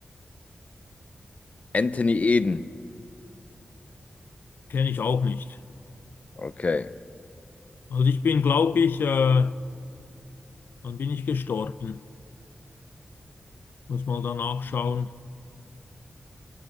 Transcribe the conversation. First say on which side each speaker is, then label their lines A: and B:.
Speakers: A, on the left; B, on the left.
A: Anthony Eden.
B: Kenne ich auch nicht.
A: Okay.
B: Also ich bin, glaube ich, äh, wann bin ich gestorben? Muss mal danach schauen.